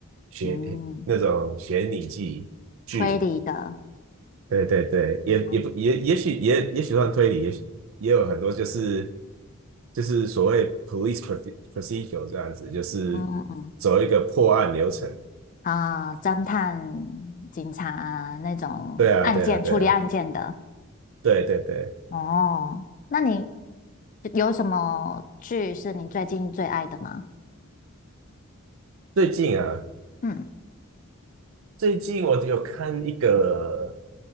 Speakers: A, on the right (about 70°); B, on the left (about 35°).
A: 悬那种悬疑剧剧，
B: 嗯，推理的，
A: 对对对，也也不也也许也也许算推理，
B: 嗯
A: 也许也有很多就是就是所谓 police proce- procedure 这样子，就是
B: 嗯
A: 走一个破案流程。
B: 啊，侦探、警察啊那种案件处理案件的。
A: 对啊，对啊，对啊，对对对。
B: 哦，那你有什么剧是你最近最爱的吗？
A: 最近啊，
B: 嗯
A: 最近我有看一个，